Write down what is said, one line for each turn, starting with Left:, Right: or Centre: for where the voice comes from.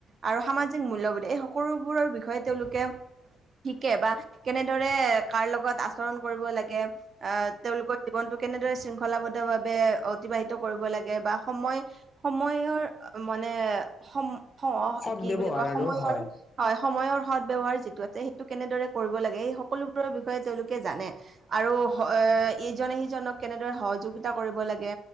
Right: আৰু সামাজিক মূল্যবোধ এই সকলোবোৰৰ বি বিষয়ে তেওঁলোকে শিকে বা কেনেদৰে কাৰ লগত আচৰণ কৰিব লাগে আহ তেওঁলোকৰ জীৱনটো কেনেদৰে শৃংখলাবদ্ধ ভাৱে অতিবাহিত কৰিব লাগে বা সময় সময়ৰ মানে সম
Left: সদ
Right: কি
Left: ব্যৱহাৰ
Right: বুলি কয়
Left: আৰু
Right: সময়ৰ
Left: হয়
Right: হয়, সময়ৰ সদ ব্যৱহাৰ যিটো আছে সেইটো কেনেদৰে কৰিব লাগে, সেই সকলোবোৰৰ বিষয়ে তেওঁলোকে জানে। আৰু ইজনে সিজনক কেনেদৰে সহযোগিতা কৰিব লাগে।